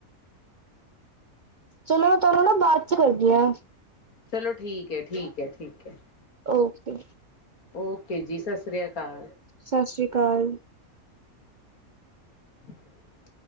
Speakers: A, on the right; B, on the left.
A: ਚਲੋ ਮੈਂ ਤੁਹਾਨੂੰ ਨਾ ਬਾਅਦ ਚ ਕਰਦੀ ਆ।
B: ਚਲੋ ਠੀਕ ਐ ਠੀਕ ਐ ਠੀਕ ਐ
A: ਓਕੇ
B: ਓਕੇ ਜੀ ਸਤਿ ਸ੍ਰੀ ਅਕਾਲ।
A: ਸਤਿ ਸ੍ਰੀ ਅਕਾਲ।
B: <inaudible>